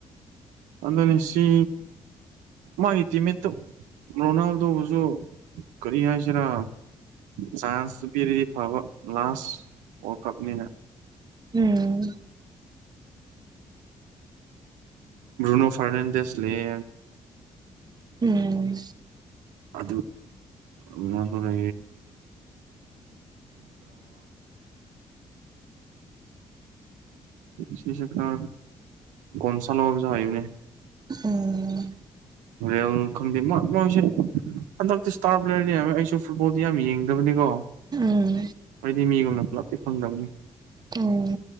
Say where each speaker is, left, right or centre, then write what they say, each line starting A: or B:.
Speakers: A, on the right; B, on the right.
A: ꯑꯗꯅꯦꯁꯤ ꯃꯥꯒꯤꯇ ꯃꯦꯠꯇ ꯔꯣꯅꯥꯜꯗꯣꯕꯨꯁꯨ ꯀꯔꯤ ꯍꯥꯏꯁꯤꯔ ꯆꯥꯟꯁꯇꯨ ꯄꯤꯔꯗꯤ ꯐꯕ ꯂꯥꯁ ꯋꯥꯔꯜ ꯀꯥꯞꯅꯤ
B: ꯎꯝ
A: ꯔꯨꯅꯣ ꯐꯥꯔꯅꯥꯟꯗꯤꯁ ꯂꯩ
B: ꯎꯝ
A: ꯑ ꯃꯦ ꯑꯗꯨꯒꯗꯨ ꯁꯤꯁ ꯈꯥ ꯀꯣꯟꯁꯂꯣ ꯆꯕꯅꯦ
B: ꯎꯝ
A: ꯔ ꯈꯪꯗꯤꯁ ꯍꯟꯗꯛꯇꯤ ꯏꯁꯇꯥꯔ ꯄ꯭ꯂꯦꯌꯔꯅꯦ ꯍꯥꯏꯃꯦ ꯑꯩꯁꯨ ꯐꯨꯠꯕꯣꯜꯗꯤ ꯌꯥꯝ ꯌꯦꯡꯗꯕꯅꯤꯀꯣ
B: ꯎꯝ
A: ꯑꯩꯗꯤ ꯃꯤꯒꯅꯄꯂꯥꯛꯇ ꯐꯪꯒꯅꯤ
B: ꯎꯝ